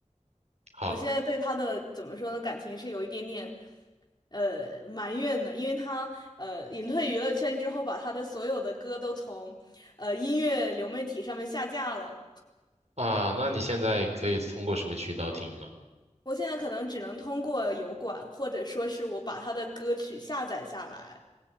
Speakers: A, on the right; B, on the left.
A: 好。
B: 我现在对他的怎么说呢，感情是有一点点，呃，埋怨的，因为他呃隐退娱乐圈之后，把他的所有的歌都从呃音乐流媒体上面下架了。
A: 啊，那你现在可以通过什么渠道听呢？
B: 我现在可能只能通过油管，或者说是我把他的歌曲下载下来，